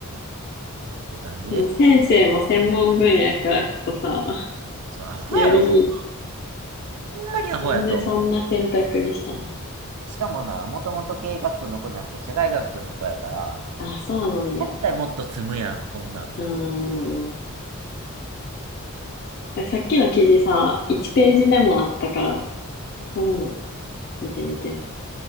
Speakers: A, on the right; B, on the left.
A: ていう感じ。
B: でも先生も専門分野やからこそさ、
A: そう、アホやろ、
B: より、
A: ほんま。ほんまにアホやと思
B: なんでそんな選択にしたのや。
A: う。しかもな、もともと経営学部の子じゃなくて社会学部の子やから、
B: あ、そうなんや。
A: だったらもっと積むやん、こんなん。
B: うーん。いやさっきの記事さ、1ページ目もあったから、それも見てみて。